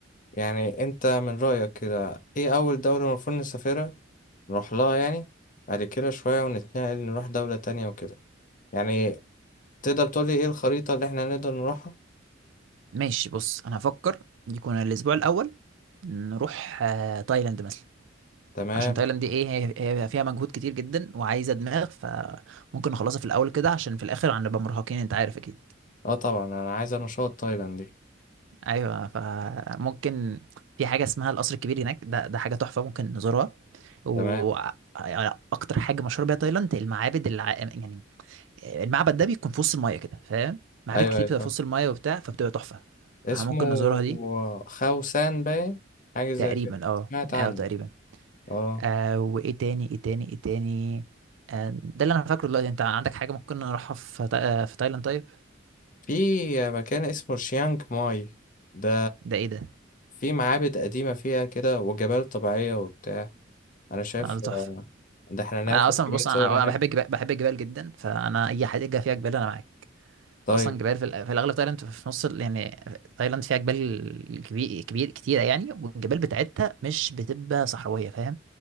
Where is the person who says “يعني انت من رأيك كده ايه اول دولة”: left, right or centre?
Left